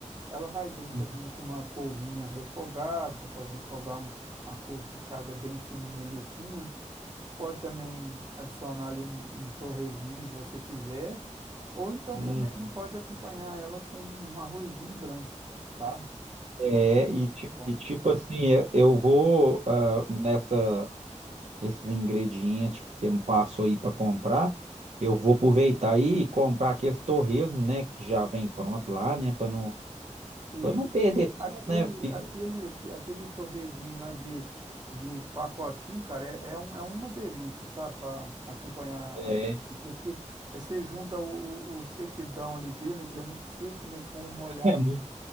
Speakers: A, on the right (about 30°); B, on the right (about 60°).
A: Ela vai bem
B: Uhum.
A: também com uma couvinha refogada, você pode refogar um- uma couve picada bem fininha ali assim, ó Pode também adicionar ali um, um torresmin, se você quiser, ou então
B: Hum.
A: também pode acompanhar ela com um arrozinho branco, tá?
B: É,
A: É muito
B: e, ti-
A: bom.
B: e tipo assim, eu eu vou ah, nessa esses ingredientes que você me passou aí para comprar, eu vou aproveitar aí e comprar aqueles torresmo, né, que já vem pronto lá, né, para não
A: E
B: para não perder tempo,
A: aquele,
B: né, filho?
A: aquele, aque- aquele torresmin lá de, de pacotinho, cara, é, é, um- é uma delícia, sabe? Para acompanhar,
B: É,
A: a
B: <laughs>
A: comidinha, porque é, você junta o, o o sequidão ali dele, que ele é muito seco, né? Com o molhado
B: é muito